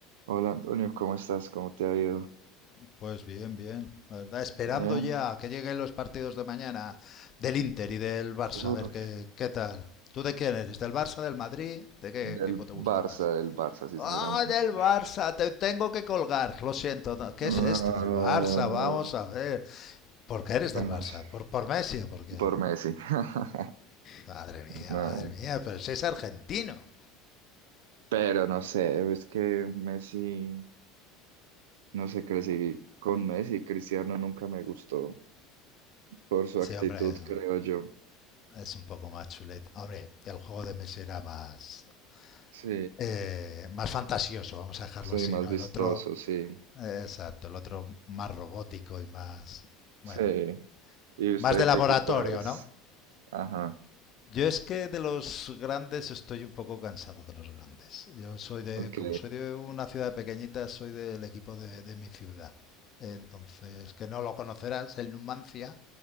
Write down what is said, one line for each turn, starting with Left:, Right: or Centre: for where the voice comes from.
Right: Hola Antonio, ¿cómo estás? ¿Cómo te ha ido?
Left: Pues bien, bien. La verdad, esperando
Right: Bien.
Left: ya que lleguen los partidos de mañana del Inter y del Barça,
Right: Uf,
Left: a ver qué, qué tal. ¿Tú de quién eres? ¿Del Barça, del Madrid? ¿De qué equipo
Right: del
Left: te
Right: Barça,
Left: gusta más?
Right: del Barça, sinceramente.
Left: ¡Ah, del Barça! Te tengo que colgar. Lo siento. no- ¿Qué
Right: Ah,
Left: es esto del Barça? Vamos a ver. ¿Por qué eres
Right: ¿cómo
Left: del Barça?
Right: es?
Left: ¿Por, por Messi o por quién?
Right: Por Messi. <laughs>
Left: Madre mía,
Right: No.
Left: madre mía, pero si es argentino.
Right: Pero no sé, es que Messi, no sé, crecí con Messi. Cristiano nunca me gustó por su
Left: Sí,
Right: actitud,
Left: hombre,
Right: creo yo.
Left: es un poco más chuleta. Hombre, el juego de Messi era más,
Right: Sí,
Left: eh, más fantasioso, vamos a dejarlo
Right: soy
Left: así,
Right: más
Left: ¿no?
Right: vistoso,
Left: El otro,
Right: sí.
Left: eh, exacto, el otro más robótico y más, bueno,
Right: Sí. ¿Y usted
Left: más de laboratorio,
Right: qué equipo es?
Left: ¿no?
Right: Ajá,
Left: Yo es que de los grandes estoy un poco cansado de los grandes. Yo soy de,
Right: ok.
Left: como soy de una ciudad pequeñita, soy del equipo de, de mi ciudad. Entonces, que no lo conocerás, el Numancia